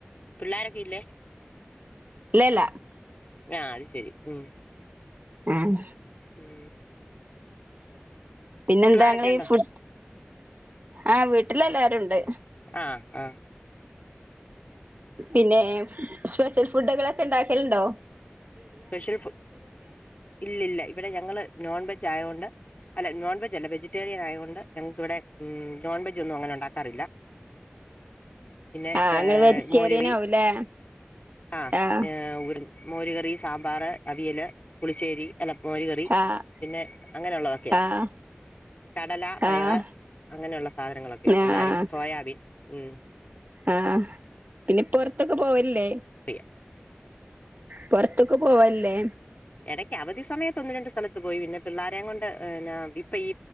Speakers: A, on the left; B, on the right.
A: എല്ലാരൊക്ക ഇല്ലേ
B: ഇല്ലല്ല
A: ആല് ശരി ഉ
B: ആഹ
A: ഉം
B: പിന്നെന്താങ്ങ
A: കൂട്ടുകാരൊക്കെ ഉണ്ടോ
B: ഫുഡ് ആഹ് വീട്ടിലെ എല്ലാരും ഉണ്ട്
A: ആഹ ആഹ
B: പിന്നെ സ്പെഷ്യൽ ഫുഡുകളൊക്കെ ഉണ്ടാക്കിയലുണ്ടോ
A: സ്പെഷ്യൽ ഫു ഇല്ലല്ല ഇവിടെ ഞങ്ങള് നോൺവെജ് ് ആയൊണ്ട് അല്ല നോൺവെജ് അല്ല വെജിറ്റേറിയൻ ആയത്ൊണ്ട് ഞങ്ങൾക്ക്വിടെ നോൺ വെജ ഒന്നും അങ്ങനെ ഉണ്ടാക്കാറില്ല പിന്നെ
B: ആഹ്
A: ഏ
B: ഇങ്ങള് വെജിറ്റേറിയൻ
A: മോരുകറി
B: ആവൂലേ
A: ആ
B: ആഹ്
A: ഉർ മോർ കറി സാമ്പാർ അവിയല് പുളിശ്ശേരി എ ല മോർ കറി
B: ആഹ്
A: പിന്നെ അങ്ങനെയുള്ളതൊക്കെയാണ്
B: ആഹ്
A: കടല പയറ്
B: ആഹ്
A: അങ്ങനെയുള്ള സാധനങ്ങളൊക്കെയ പിള്ളരും
B: ആഹ്
A: സോയാബീൻ ഉ
B: ആഹ് പിന്നെപ്പ പുറത്തൊക്കെ പോവല്ലേ
A: യ്യാ
B: പൊറത്തൊക്കെ പോവല്ലേ
A: എടക്ക് അവധി സമയത്ത് ഒന്ന് രണ്ട് സ്ഥലത്ത് പോയി പിന്നെ പിള്ളാരേം കൊണ്ട് ന്നാ ഇപ്പൊ ഈ